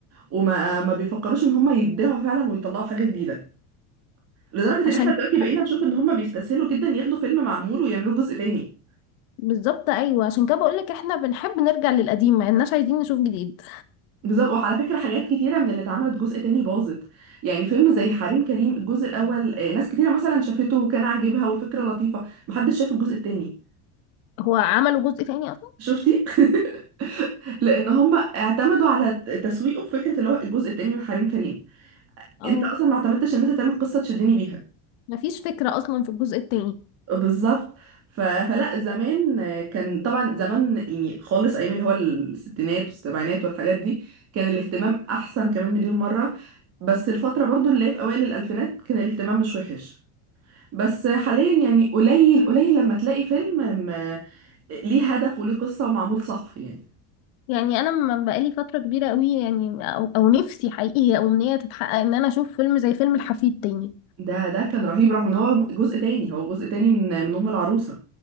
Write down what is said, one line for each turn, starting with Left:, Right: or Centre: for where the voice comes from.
Right: وما ما بيفكروش ان هم يبدعوا فعلا ويطلعوا حاجة جديدة لدرجة
Left: عشان
Right: ان احنا دلوقتي
Left: كده
Right: بقينا نشوف ان هم بيستسهلوا جدا ياخدوا فيلم معمول ويعملوه جزء تاني
Left: بالظبط ايوه عشان كده بقول لك احنا بنحب نرجع للقديم ما اناش عايزين نشوف جديد
Right: بالظبط وعلى فكرة حاجات كتيرة من اللي اتعملت جزء تاني باظت يعني فيلم زي حريم كريم الجزء الأول آه، ناس كتيرة مثلا شافته وكان عاجبها والفكرة لطيفة محدش شاف الجزء التاني
Left: هو عملوا جزء تاني اصلا
Right: شفتي؟ <laughs> لأن هم اعتمدوا على تسويقه في فكرة اللي هو الجزء التاني من حريم كريم
Left: اه
Right: انت أصلا ما اعتمدتش ان انت تعمل قصة تشدني بيها
Left: مفيش فكره اصلا في الجزء التاني
Right: بالظبط ف... فلا زمان كان طبعا زمان يعني خالص ايام اللي هو الستينات والسبعينات والحاجات دي كان الاهتمام احسن كمان مليون مرة بس الفترة برضو اللي هي في اوائل الالفينات كان الاهتمام مش وحش بس حاليا يعني قليل قليل لما تلاقي فيلم م... ليه هدف وليه قصة ومعمول صح يعني
Left: يعني انا من بقالي فتره كبيره قوي يعني او, أو نفسي حقيقي هي امنيه تتحقق ان انا اشوف فيلم زي فيلم الحفيد تاني
Right: ده ده كان رهيب رغم ان هو جزء تاني هو جزء تاني من من ام العروسة